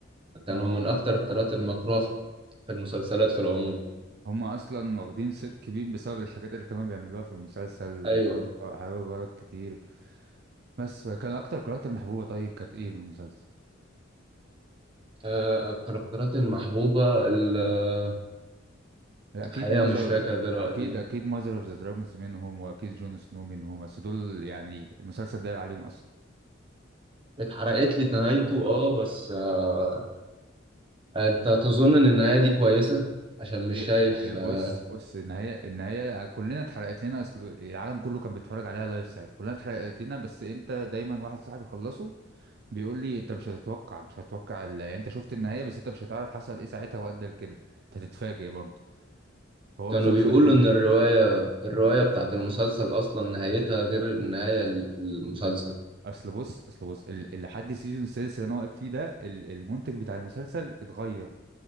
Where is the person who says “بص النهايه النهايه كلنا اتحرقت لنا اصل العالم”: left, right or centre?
Right